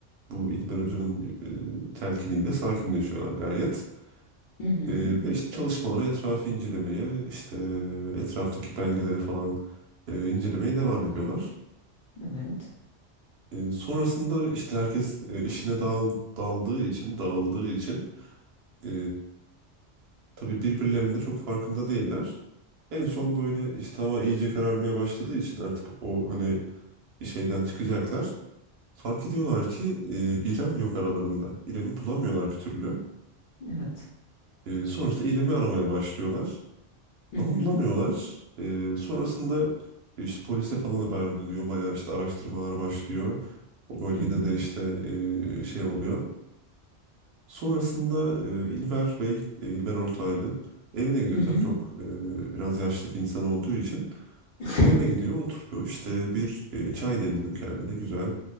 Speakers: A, on the right (about 65°); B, on the left (about 50°).
A: bu İlber Hoca'nın e, telkiniyle sakinleşiyorlar gayet.
B: <laughs> Hı hı.
A: E, ve işte çalışmalara etrafı incelemeye, işte e, etraftaki belgeleri falan e, incelemeye devam ediyorlar.
B: Evet.
A: E, sonrasında işte herkes e, işine dağıl, daldığı için, dağıldığı için e, tabii birbirlerinin de çok farkında değiller. En son böyle işte hava iyice kararmaya başladığı için artık o hani şeyden çıkacaklar. Fark ediyorlar ki e, İrem yok aralarında. İrem'i bulamıyorlar bir türlü.
B: Evet.
A: E, sonuçta İrem'i aramaya başlıyorlar.
B: Hı
A: Ama
B: hı.
A: bulamıyorlar. E, sonrasında e, işte polise falan haber veriliyor. Bayağı işte araştırmalar başlıyor. O bölgede
B: Hı hı.
A: de işte e, şey oluyor. Sonrasında e, İlber Bey, e, İlber Ortaylı evine gidiyor.
B: Hı hı.
A: Tabii çok e, biraz yaşlı bir insan olduğu için.
B: <laughs>
A: Evine gidiyor, oturuyor. işte bir e, çay demliyor kendine güzel.